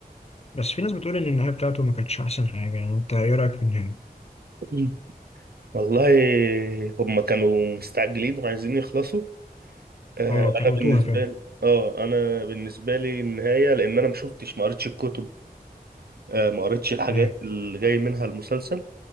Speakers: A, on the left (about 40°); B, on the right (about 75°).
A: بس في ناس بتقول ان النهايه بتاعته ما كانتش احسن حاجه يعني انت ايه رايك في النهايه
B: <laughs> والله هما كانوا مستعجلين وعايزين يخلصوا آه،
A: اه
B: أنا
A: كروتوها
B: بالنسبة
A: فعلا
B: لي آه أنا بالنسبة لي النهاية لأن أنا مشوفتش ما قريتش الكتب آه، ما قريتش الحاجات
A: ايوه
B: اللي جاي منها المسلسل